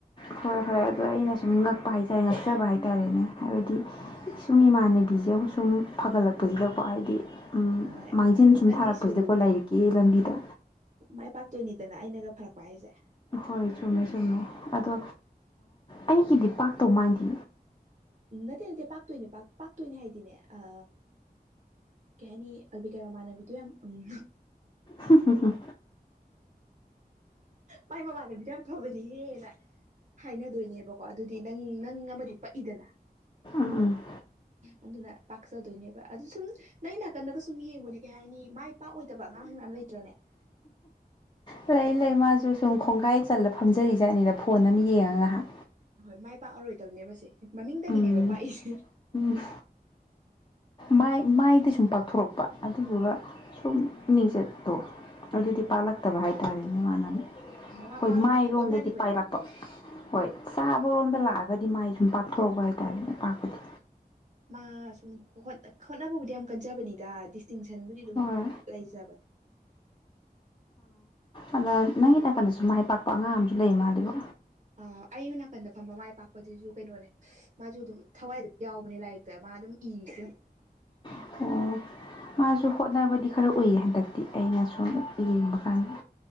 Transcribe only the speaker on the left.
ꯈꯔ ꯈꯔ ꯑꯗꯣ ꯑꯩꯅ ꯁꯨꯝ ꯉꯛꯄ ꯍꯥꯏꯖꯔꯦ ꯉꯛꯆꯕ ꯍꯥꯏꯔꯦ ꯍꯥꯏꯇꯥꯔꯦꯅꯦ ꯍꯥꯏꯕꯗꯤ ꯢꯁꯨꯡ ꯏꯃꯥꯟꯅꯕꯤꯁꯦ ꯑꯃꯨꯛ ꯁꯨꯝ ꯐꯒꯠꯂꯛꯄꯁꯤꯗꯀꯣ ꯍꯥꯏꯗꯤ
ꯃꯥꯡꯖꯤꯟ ꯁꯨꯝ
ꯊꯥꯔꯛꯄꯁꯤꯗꯀꯣ ꯂꯥꯏꯔꯤꯛꯀꯤ ꯂꯝꯕꯤꯗ
ꯍꯣꯏ ꯆꯨꯝꯃꯦ ꯆꯨꯝꯃꯦ ꯑꯗꯣ ꯑꯩꯒꯤꯗꯤ ꯄꯥꯛꯇꯧ ꯃꯥꯟꯗꯤ
ꯍ ꯍ ꯍꯨꯝ
ꯎꯝ ꯎꯝ
ꯂꯩ ꯂꯩ ꯃꯥꯁꯨ ꯁꯨꯝ ꯈꯣꯡꯒꯥꯏ ꯆꯜꯂ ꯐꯝꯖꯔꯤꯖꯥꯠꯅꯤꯗ ꯐꯣꯟ ꯑꯃ ꯌꯦꯡꯉꯒ ꯉꯥꯏꯍꯥꯛ
ꯎꯝ
ꯎꯝ ꯃꯥꯏ ꯃꯥꯏꯗ ꯁꯨꯝ ꯄꯥꯛꯊꯣꯔꯛꯄ ꯑꯗꯨꯗꯨꯒ ꯁꯨꯝ ꯃꯤꯡꯆꯠꯇꯣ ꯑꯗꯨꯗꯤ ꯄꯥꯜꯂꯛꯇꯕ ꯍꯥꯏꯇꯥꯔꯦ ꯃꯥꯟꯅꯃꯨꯛ
ꯍꯣꯏ
ꯃꯥꯏꯔꯣꯝꯗꯗꯤ
ꯄꯥꯛꯂꯛꯄ
ꯍꯣꯏ ꯆꯥꯕꯔꯣꯝꯗ ꯂꯥꯛꯑꯒꯗꯤ ꯃꯥꯏ ꯁꯨꯝ ꯄꯥꯛꯊꯣꯔꯛꯄ ꯍꯥꯏꯇꯥꯔꯦ ꯄꯥꯛꯄꯗꯤ
ꯍꯣꯏ
ꯑꯃ ꯅꯪꯒꯤ ꯅꯥꯀꯟꯗꯁꯨ ꯃꯥꯏ ꯄꯥꯛꯄ ꯑꯉꯥꯡ ꯑꯃꯁꯝꯨ ꯂꯩ ꯃꯥꯜꯂꯤꯕꯣ
ꯑꯣ ꯃꯥꯁꯨ ꯍꯣꯠꯅꯕꯗꯤ ꯈꯔ ꯎꯏꯌꯦ ꯍꯟꯗꯛꯇꯤ ꯑꯩꯅ ꯁ ꯑꯃꯨ ꯌꯦꯡꯕ ꯀꯥꯟꯗ